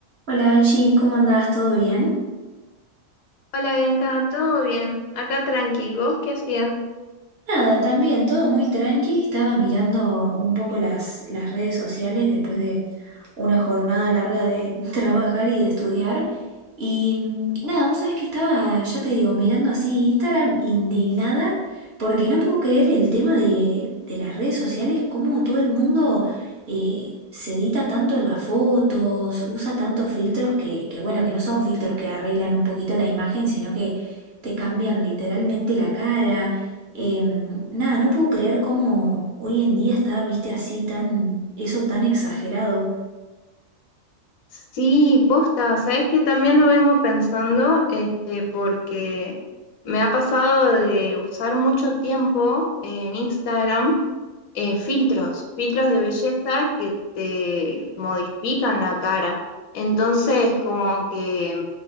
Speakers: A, on the right (about 55°); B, on the left (about 85°).
A: Hola Angie, ¿cómo andas? Todo bien.
B: Hola Bianca, ¿todo bien? Acá tranqui, ¿vos qué hacías?
A: Nada, también todo muy tranqui. Estaba mirando un poco las, las redes sociales después de una jornada larga de <laughs> trabajar y de estudiar. Y mm, nada, vos sabés que estaba, ya te digo, mirando así Instagram indignada porque no puedo creer el tema de, de las redes sociales, cómo todo el mundo eh, se edita tanto en las fotos, usa tantos filtros que, que bueno, que no son filtros que arreglan un poquito la imagen, sino que te cambian literalmente la cara. Em, nada, no puedo creer cómo hoy en día está, viste, así tan, eso tan exagerado.
B: Sí, posta, sabes que también lo vengo pensando, este, porque me ha pasado de usar mucho tiempo en Instagram eh, filtros, filtros de belleza que te modifican la cara. Entonces, como que